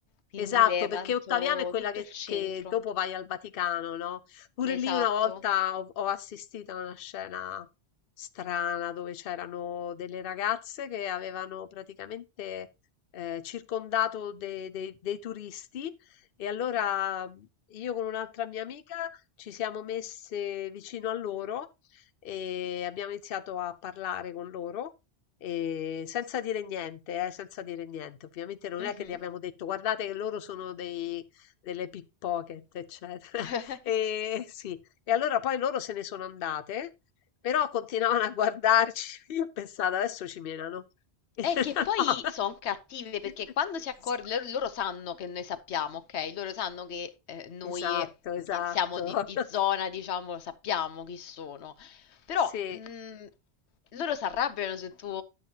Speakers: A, on the left; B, on the left.
A: quindi
B: Esatto,
A: Levanto,
B: perché Ottaviano è quella
A: tutto
B: che,
A: il centro,
B: che dopo vai al Vaticano, no? Pure
A: esatto.
B: lì una volta ho, ho assistito a una scena strana dove c'erano delle ragazze che avevano praticamente eh, circondato de- de- dei turisti e allora mh, io con un'altra mia amica ci siamo messe vicino a loro e abbiamo iniziato a parlare con loro. E senza dire niente, eh, senza dire niente. Ovviamente non
A: Mhm.
B: è che gli abbiamo detto guardate che loro sono dei, delle pickpocket, eccetera.
A: <laughs>
B: <laughs> E sì, e allora poi loro se ne sono andate, però continuavano a guardarci. <laughs> Io pensavo adesso ci menano. <laughs>
A: È che poi
B: No.
A: sono cattive perché
B: <laughs>
A: quando si accorgono, loro, loro sanno che noi sappiamo, ok? Loro sanno che eh, noi
B: Esatto, esatto.
A: che siamo di, di
B: <laughs>
A: zona, diciamo, sappiamo chi sono. Però
B: Sì.
A: mh, loro si arrabbiano se tu